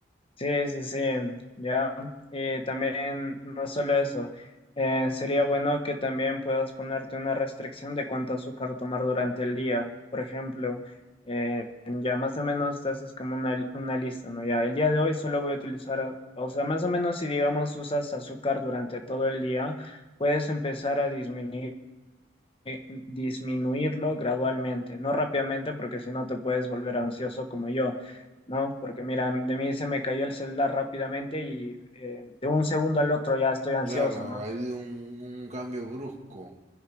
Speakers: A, on the left (about 30°); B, on the right (about 40°).
A: Sí, sí, sí, ya. Y también, no solo eso, eh, sería bueno que también puedas ponerte una restricción de cuánto azúcar tomar durante el día. Por ejemplo, eh, ya más o menos te haces como una, una lista, ¿no? Ya, el día de hoy solo voy a utilizar, o sea, más o menos si digamos usas azúcar durante todo el día, puedes empezar a disminuir eh, disminuirlo gradualmente, no rápidamente, porque si no te puedes volver ansioso como yo, ¿no? Porque mira, de mí se me cayó el celular rápidamente y eh, de un segundo al otro ya estoy ansioso,
B: Claro,
A: ¿no?
B: ha habido un, un cambio brusco.